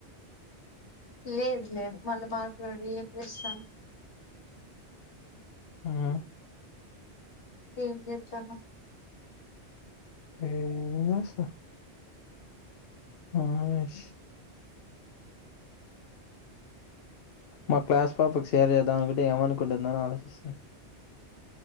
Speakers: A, on the left; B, on the left.
A: లేదు లేదు మళ్ళీ మాట్లాడి ఏం చేస్తాన్నవు
B: ఉహ్
A: ఏం చెత్తన్నావు
B: ఎమ్ దోసా ఆహ్ యస్ మా క్లాస్ పాపకు షేర్ చేద్దాం అనుకుంటే ఏమనుకుంటుందని ఆలోచిస్తున్న